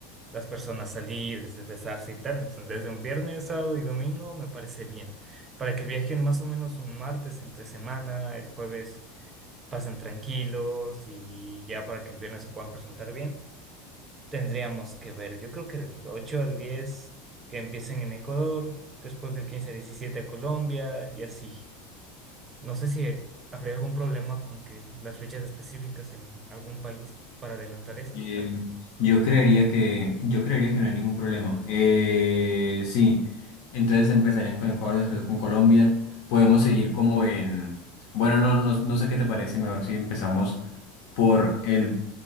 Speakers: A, on the right; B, on the left.
A: las personas salir, desestresarse y tal. Entonces, desde un viernes, sábado y domingo me parece bien. Para que viajen más o menos un martes entre semana, el jueves pasen tranquilos y ya para que el viernes se puedan presentar bien, tendríamos que ver, yo creo que del 8 al 10 que empiecen en Ecuador, después del 15 al 17 a Colombia y así. No sé si habría algún problema con que las fechas específicas en algún país para adelantar esas.
B: Eh, yo creería que, yo creería que no hay ningún problema. Eh, sí, entonces empezarían con Ecuador, después con Colombia. Podemos seguir como en... Bueno, no, no, no sé qué te parece, mejor si empezamos por el...